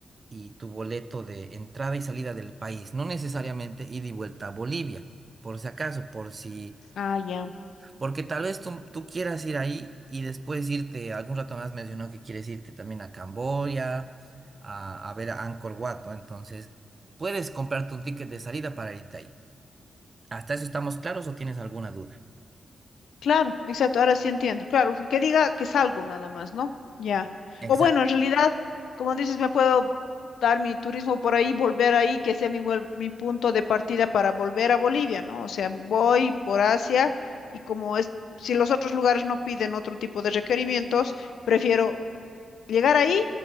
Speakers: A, on the right; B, on the left.
A: y tu boleto de entrada y salida del país, no necesariamente ida y vuelta a Bolivia, por si acaso, por si
B: ah, ya.
A: porque tal vez tú, tú quieras ir ahí y después irte, algún rato más mencionó que quieres irte también a Camboya, a, a ver a Angkor Wat, ¿no? Entonces, puedes comprarte un ticket de salida para irte ahí. ¿Hasta eso estamos claros o tienes alguna duda?
B: Claro, exacto, ahora sí entiendo. Claro, que que diga que salgo nada más, ¿no? Ya.
A: Exacto.
B: O bueno, en realidad, como dices, me puedo dar mi turismo por ahí, volver ahí, que sea mi, vuel- mi punto de partida para volver a Bolivia, ¿no? O sea, voy por Asia y como es, si los otros lugares no piden otro tipo de requerimientos, prefiero llegar ahí,